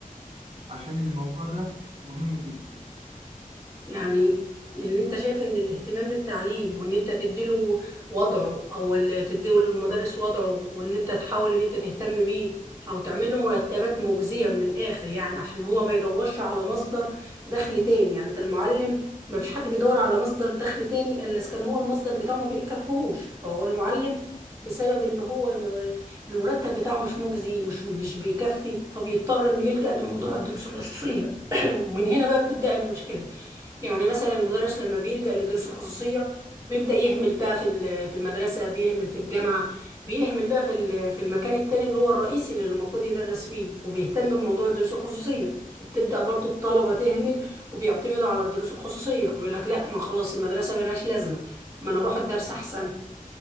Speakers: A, on the right (about 40°); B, on the right (about 20°).
A: عشان الموضوع ده مهم جدا
B: يعني اللي انت شايف ان الاهتمام بالتعليم وان انت تديله وضعه او اللي تديله المدرس وضعه وان انت تحاول ان انت تهتم بيه او تعمل له مرتبات مجزية من الاخر يعني عشان هو ما يدورش على مصدر دخل تاني يعني انت المعلم ما فيش حد بيدور على مصدر دخل تاني الا اذا كان هو المصدر بتاعه ما بيكفيهوش فهو المعلم بسبب ان هو الم- المرتب بتاعه مش مجزي مش مش بيكفي فبيضطر انه يلجأ لموضوع الدروس الخصوصية <clears throat> ومن هنا بقى بتبدأ المشكلة يعني مثلا المدرس لما بيلجأ للدروس الخصوصية بيبدأ يهمل بقى في ال- في المدرسة بيهمل في الجامعة بيهمل بقى في ال- في المكان التاني اللي هو الرئيسي اللي المفروض يدرس فيه وبيهتم بموضوع الدروس الخصوصية وبتبدأ برضو الطلبة تهمل وبيعتمدوا على الدروس الخصوصية بيقول لك لا ما خلاص المدرسة ملهاش لازمة ما انا اروح الدرس احسن